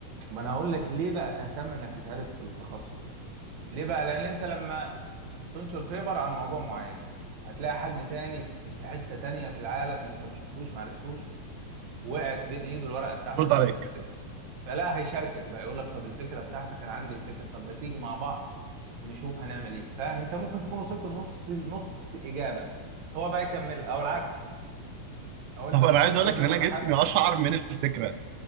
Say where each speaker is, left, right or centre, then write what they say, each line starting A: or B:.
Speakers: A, on the right (about 65°); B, on the right (about 85°).
A: ما انا هقول لك ليه بقى تهتم انك تتعرف في التخصص ده ليه بقى لان انت لما تنشر بيبر عن موضوع معين هتلاقي حد تاني في في حتة تانية في العالم انت ما شفتوش ما عرفتوش وقعت بين ايده الورقة بتاعتك
B: رد عليك
A: اللي انت كاتبها فلا هيشاركك بقى يقول لك طب الفكرة بتاعتك انا عندي الفكرة طب ما تيجي مع بعض نشوف هنعمل ايه فاهم انت ممكن تكون وصلت لنص نص اجابة هو بقى يكمل او العكس او انت
B: طب
A: ممكن
B: انا عايز اقول
A: قريت
B: لك
A: بيبر
B: ان انا جسمي
A: لحد
B: اشعر من الفكره